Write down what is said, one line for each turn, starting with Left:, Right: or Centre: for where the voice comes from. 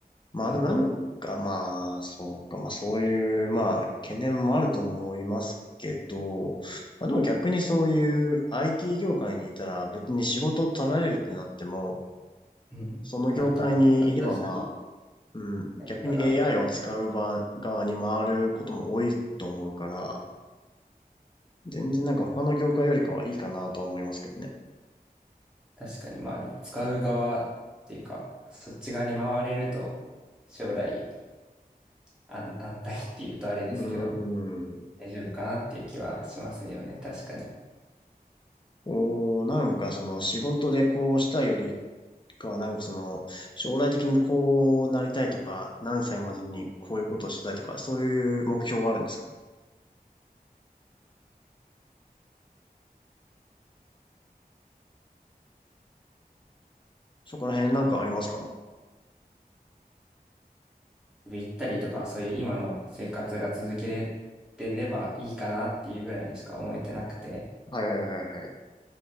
Left: まあでもなんかまあ、
Centre: のも、
Left: そうか、まあそういう、まあ懸念もあると思いますけど、まあでも逆にそういう IT 業界にいたら別に仕事を取られるってなっても、
Centre: うん、
Left: その業界にいればまあ、
Centre: また新しい
Left: うん、
Centre: 何かがあった感じ、
Left: 逆に AI を使う場側に回ることも多いと思うから、全然なんか他の業界よりかはいいかなとは思いますけどね。
Centre: 確かにまあでも使う側っていうか、そっち側に回れると、将来安、安泰っていうとあれですけど、
Left: うーん。
Centre: 大丈夫かなっていう気はしますよね。確かに。
Left: こう、なんかその仕事でこうしたよりか、なんかその、将来的にこうなりたいとか、何歳までにこういうことをしたいとか、そういう目標はあるんですかそこら辺なんかありますか
Centre: 行ったりとか、そういう今の生活が続けれてればいいかなっていうぐらいにしか思えてなくて、
Left: はいはいはいはい。